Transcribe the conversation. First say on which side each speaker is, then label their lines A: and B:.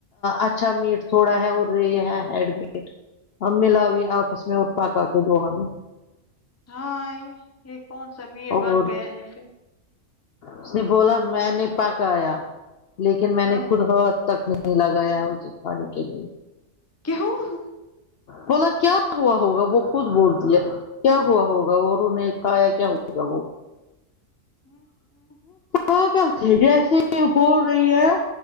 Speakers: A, on the left (about 60°); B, on the left (about 15°).
A: اچھا میٹ تھوڑا ہے اور یہ ہے ہیڈ میٹ ا ملا بھییے آپس میں اور پکا کے د ہمیں
B: ہاں یہ یہ کون سا مییر
A: اور
B: بن گیا اسے
A: اس نے بولا میں نے پاکا یا لیکن میں
B: ہاں
A: نے خود ہو ہات تک نہیں لگایا ہے اسے پانی کے لیے
B: کیوں
A: بولا کیا ہوا ہوگا وہ خود بولتی ہے کیا ہوا ہوگا اور انہیں کھایا کیا ہوگا وہ
B: ہوں ا
A: غلط ہے جیسے بول رہی ہے